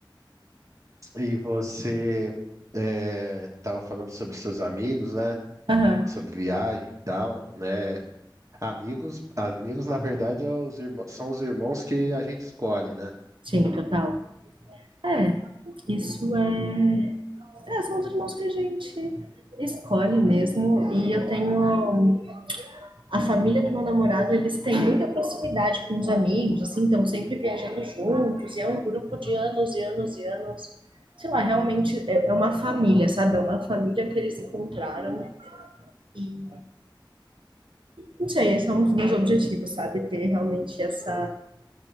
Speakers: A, on the right; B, on the right.
A: e você é, tava falando sobre seus amigos, né?
B: Aham.
A: Sobre viagem e tal, né? Amigos, amigos, na verdade, é os irmãos, são os irmãos que a gente escolhe, né?
B: Sim, total. É, isso é... é. São os irmãos que a gente escolhe mesmo. E eu tenho. A família do meu namorado, eles têm muita proximidade com os amigos, assim, estão sempre viajando juntos, e é um grupo de anos e anos e anos. Sei lá, realmente é é uma família, sabe? É uma família que eles encontraram e não sei, esse é um dos meus objetivos, sabe? Ter realmente essa,